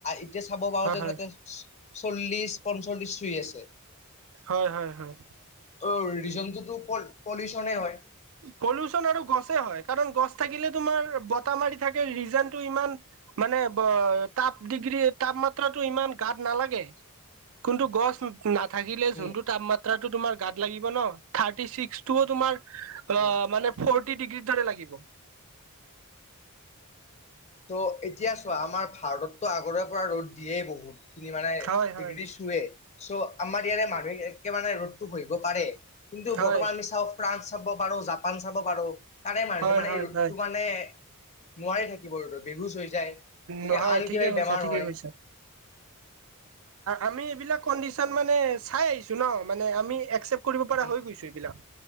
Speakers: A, on the left (about 30°); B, on the right (about 65°).
A: এতিয়া চাব পাৰো
B: হয়
A: যে
B: হয়
A: যাতে চল্লিছ পঞ্চল্লিছ ছুই আছে।
B: হয় হয় হয়
A: অ ৰিজনটোতো পলিউচনে হয়।
B: পলুচন আৰু গছে হয় কাৰণ গছ থাকিলে তোমাৰ বতা মাৰি থাকে ৰিজনটো ইমান মানে তাপ ডিগ্ৰী তাপমাত্ৰাটো ইমান গাত নালাগে কোনটো গছ নাথাকিলে
A: উম,
B: যোনটো তাপমাত্ৰাতো তোমাৰ গাত লাগিব ন থাৰ্টি ছিক্সটোও তোমাৰ
A: উম।
B: অ মানে ফৰটি ডিগ্ৰ্ৰী ধৰে লাগিব
A: ত' এতিয়া চোৱা আমাৰ ভাৰতততো আগৰে পৰা ৰ'দ দিয়েই বহুত খিনি মানে
B: হয় হয়
A: ডিগ্ৰী চুৱে চ' আমাৰ ইয়াৰে মানুহে একে মানে ৰ'দটো সসিব পাৰে কিন্তু
B: হয়
A: বৰ্তমান আমি চাওঁ ফ্ৰান্স চাব পাৰো জাপান চাব পাৰো তাৰে মানুহটো
B: হয়
A: মানে
B: হয়
A: এই ৰ'দতটো
B: হয়
A: মানে নোৱাৰি থাকিব ৰ'দত বেহুচ হৈ যায় গতিকে
B: নহয়
A: আন
B: ঠিকে
A: কিবা
B: কৈছা
A: বেমাৰ
B: ঠিকে
A: হয়
B: কৈছা আমি এইবিলাক কনডিচন মানে চাই আহিছো ন মানে আমি একচেপ কৰিব পৰা
A: উম,
B: হৈ গৈছো এইবিলাক